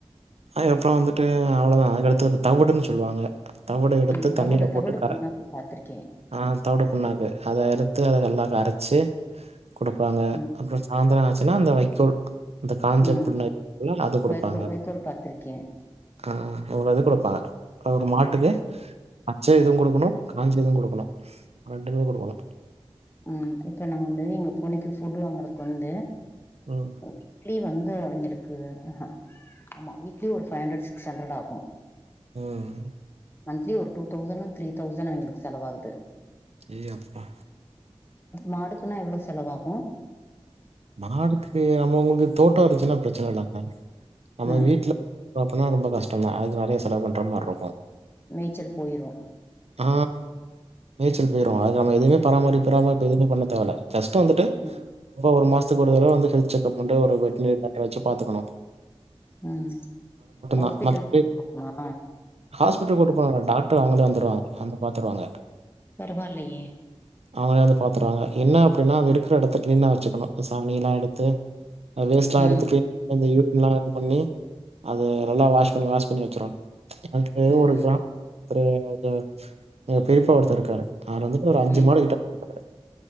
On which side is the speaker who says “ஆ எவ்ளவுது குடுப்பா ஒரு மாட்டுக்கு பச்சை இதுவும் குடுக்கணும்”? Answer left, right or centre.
Right